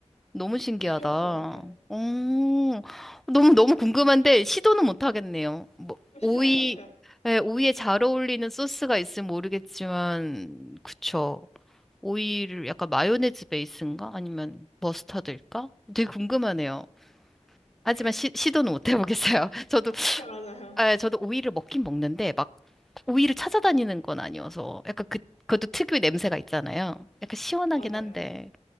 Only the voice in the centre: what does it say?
너무 신기하다.
어, 너무, 너무
궁금한데, 시도는 못 하겠네요. 뭐,
오이,
예, 오이에 잘 어울리는 소스가 있으면 모르겠지만, 그쵸. 오이를 약간 마요네즈 베이스인가? 아니면 머스타드일까? 되게 궁금하네요. 하지만
시, 시도는 못 해보겠어요. <laughs> 저도,
예, 저도 오이를 먹긴 먹는데, 막, 오이를 찾아다니는 건 아니어서, 약간 그, 그것도 특유의 냄새가 있잖아요. 약간 시원하긴
한데,